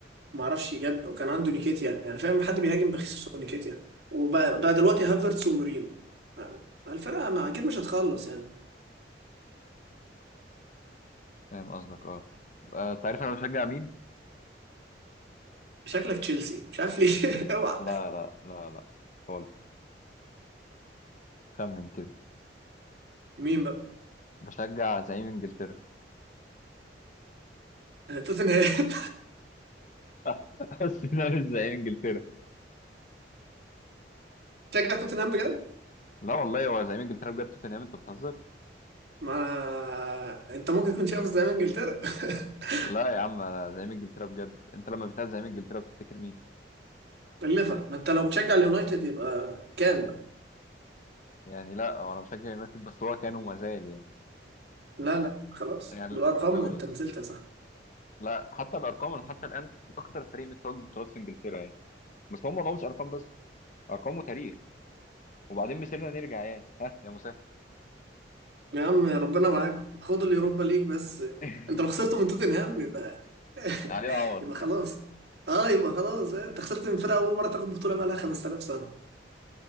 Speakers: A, on the right; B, on the left.
A: ما اعرفش جاب وكان عنده نيكيتيا يعني فاهم حد بيهاجم بخيسوس ونيكيتيا وبقى بقى دلوقتي هافرتس ومورينو يعني الفرقه ما اكيد مش هتخلص يعني
B: فاهم قصدك اه آه، انت عارف انا بشجع مين؟
A: شكلك تشيلسي مش عارف ليه <laughs> اوعى
B: لا لا لا لا خالص خمن كده
A: مين بقى
B: بشجع زعيم انجلترا
A: توتنهام
B: <laughs> بس ده مش زعيم انجلترا
A: <laughs> شجع توتنهام بجد
B: لا والله هو زعيم انجلترا بجد توتنهام انت بتهزر؟
A: ما انت ممكن تكون شايفه زي ما انجلترا <laughs>
B: لا يا عم انا زعيم انجلترا بجد انت لما بتاع زعيم انجلترا بتفتكر مين؟
A: الليفر ما انت لو بتشجع اليونايتد يبقى كام
B: يعني لا هو انا بشجع يونايتد بس هو كان وما زال يعني
A: لا لا خلاص
B: يعني
A: بالارقام
B: لو
A: انت نزلت يا صاحبي
B: لا حتى الارقام أنا حتى الان اكتر فريق بتوج بطولات في انجلترا يعني بس هم ما مش ارقام بس ارقام وتاريخ وبعدين مثلنا نرجع يعني ها يا مسهل
A: يا عم ربنا معاك خد اليوروبا ليج بس
B: <laughs>
A: انت لو خسرت من توتنهام يبقى <laughs>
B: عليه عوض
A: يبقى خلاص اه يبقى خلاص اه، انت خسرت من فرقه اول مره تاخد بطوله بقى لها 5000 سنه